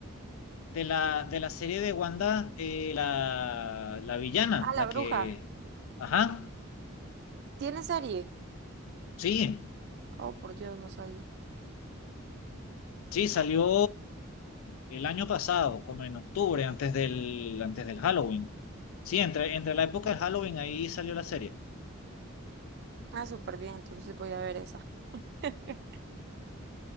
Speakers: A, on the left (about 80°); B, on the right (about 50°).
A: de la, de la serie de Wanda, eh, la, la villana,
B: Ah, la
A: la
B: Bruja.
A: que... Ajá,
B: ¿Tiene serie?
A: sí,
B: Oh, por Dios, no sabía.
A: sí, salió el año pasado, como en octubre, antes del, antes del Halloween. Sí, entre, entre la época del Halloween ahí salió la serie.
B: Ah, súper bien, entonces voy a ver esa. <laughs>